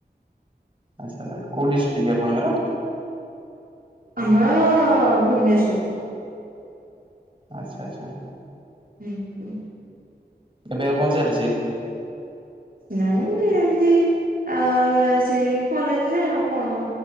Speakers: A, on the right (about 30°); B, on the right (about 55°).
A: ଆଚ୍ଛା କୋଉ ଡିଷ୍ଟ୍ରିକ୍ ଆପଣଙ୍କର?
B: ଆମର ଭୁବନେଶ୍ୱର।
A: ଆଚ୍ଛା ଆଚ୍ଛା।
B: ହୁଁ।
A: ଏବେ ଆଉ କଣ ଚାଲିଛି?
B: ନାଇଁ ଏମିତି ଆ ସେଇ କଲେଜରେ ଆଉ କଣ!